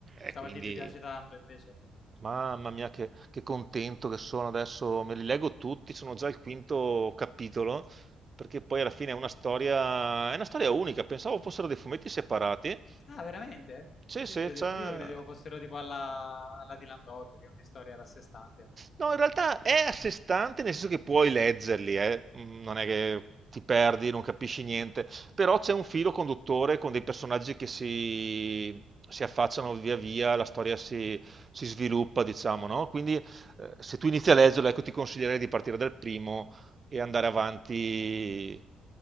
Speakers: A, on the left; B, on the right.
A: Stavo
B: e quindi
A: a dire ti piace tanto, invece.
B: Mamma mia, che, che contento che sono adesso, me li leggo tutti, sono già al quinto capitolo, perché poi alla fine è una storia, è una storia unica, pensavo fossero dei fumetti separati.
A: Ah, veramente?
B: Sì, sì,
A: Io credevo,
B: c'è
A: pure io credevo fossero tipo alla, alla Dylan Dog, che è ogni storia era a sé stante.
B: No, in realtà è a sé stante, nel senso che puoi leggerli, eh. Mm, Non è che ti perdi, non capisci niente, però c'è un filo conduttore con dei personaggi che si, si affacciano via via, la storia si, si sviluppa, diciamo, no? Quindi eh, se tu inizi a leggerlo, ecco, ti consiglierei di partire dal primo e andare avanti